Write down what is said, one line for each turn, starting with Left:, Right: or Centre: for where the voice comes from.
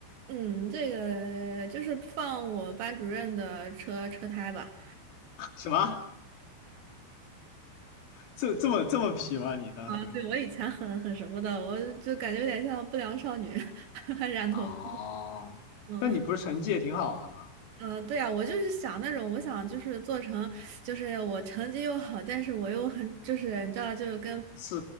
Right: 嗯，这个就是放我班主任的车车胎吧。
Left: <laughs> 什么？这这么这么皮吗？你当时？
Right: 啊，对，我以前很很什么的，我就感觉有点像不良少女，<laughs> 还染头发。
Left: 哦，
Right: 嗯
Left: 那你不是成绩也挺好的吗？
Right: 嗯，呃对啊，我就是想那种，我想就是做成，就是我成绩又好，但是我又很就是你知道，就是跟不
Left: 是，